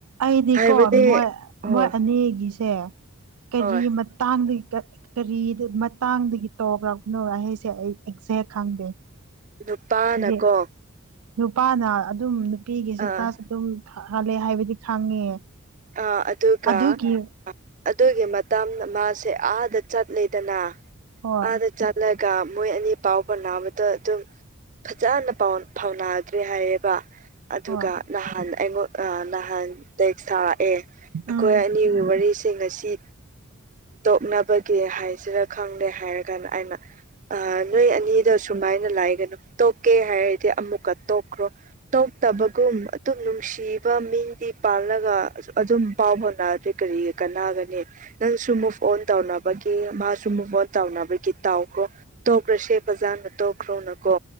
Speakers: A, on the right (about 80°); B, on the right (about 35°).
A: ꯑꯩꯗꯤꯀꯣ
B: ꯍꯥꯏꯕꯗꯤ
A: ꯃꯣꯏ
B: ꯍꯣꯏ
A: ꯃꯣꯏ ꯑꯅꯤꯒꯤꯁꯦ ꯀꯔꯤ
B: ꯍꯣꯏ
A: ꯇꯥꯡꯗꯒꯤ ꯀꯩ ꯀꯔꯤꯗ ꯃꯇꯥꯡꯗꯒꯤ ꯇꯧꯈ꯭ꯔꯕꯅꯣ ꯑꯩ ꯍꯥꯏꯁꯦ ꯑꯩ ꯑꯦꯛꯖꯦꯛ ꯈꯪꯗꯦ
B: ꯅꯨꯄꯥꯅꯀꯣ
A: ꯍꯥꯏꯗꯤ ꯅꯨꯄꯥꯅ ꯑꯗꯨꯝ ꯅꯨꯄꯤꯒꯤꯁꯦ
B: ꯑꯥ
A: ꯇꯁꯨ <unintelligible> ꯑꯗꯨꯝ ꯍꯜꯂꯦ ꯍꯥꯏꯕꯗꯤ ꯈꯪꯉꯦ
B: ꯑ ꯑꯗꯨꯒ
A: ꯑꯗꯨꯒꯤ
B: ꯑꯗꯨꯒꯤ ꯃꯇꯝ ꯗ ꯃꯥꯁꯦ ꯑꯥꯗ ꯆꯠꯂ‌ꯦꯗꯅ
A: ꯍꯣꯏ
B: ꯑꯥꯗ ꯆꯠꯂꯒ ꯃꯣꯏ ꯑꯅꯤ ꯄꯥꯎ ꯐꯥꯎꯅꯥꯕꯗ ꯑꯗꯨꯝ ꯐꯖꯅ ꯄꯥꯎ ꯐꯥꯎꯅꯗ꯭ꯔꯤ ꯍꯥꯏꯌꯦꯕ ꯑꯗꯨꯒ
A: ꯍꯣꯏ
B: ꯅꯍꯥꯟ ꯑꯩꯉꯣꯟ ꯅꯍꯥꯟ ꯇ‌ꯦꯛꯁ ꯑꯦ ꯑꯩꯈꯣꯏ
A: ꯎꯝ
B: ꯑꯅꯤꯒꯤ ꯋꯥꯔꯤꯁꯤ ꯉꯁꯤ ꯇꯣꯛꯅꯕꯒꯤ ꯍꯥꯏꯁꯤꯔ ꯈꯪꯗꯦ ꯍꯥꯏꯔꯒꯥꯟꯅ ꯑꯩꯅ ꯑ ꯅꯣꯏ ꯑꯅꯤꯗꯣ ꯁꯨꯃꯥꯏꯅ ꯂꯥꯏꯒꯅꯨ ꯇꯣꯛꯀꯦ ꯍꯥꯏꯔꯗꯤ ꯑꯃꯨꯛꯀ ꯇꯣꯛꯈ꯭ꯔꯣ ꯇꯣꯛꯇꯕꯒꯨꯝ ꯑꯗꯨꯝ ꯅꯨꯡꯁꯤꯕ ꯃꯤꯗꯤ ꯄꯥꯜꯂꯒ ꯑꯗꯨꯝ ꯄꯥꯎ ꯍꯣꯎꯅꯔꯗꯤ ꯀꯔꯤ ꯀꯥꯟꯅꯒꯅꯤ ꯅꯪꯁꯨ ꯃꯨꯚ ꯑꯣꯟ ꯇꯧꯅꯕꯒꯤ ꯃꯥꯁꯨ ꯃꯨꯚ ꯑꯣꯟ ꯇꯧꯅꯕꯒꯤ ꯇꯥꯎꯈꯔꫭ ꯇꯣꯛꯈ꯭ꯔꯁꯦ ꯐꯖꯥꯅ ꯇꯣꯛꯈ꯭ꯔꯣꯅꯀꯣ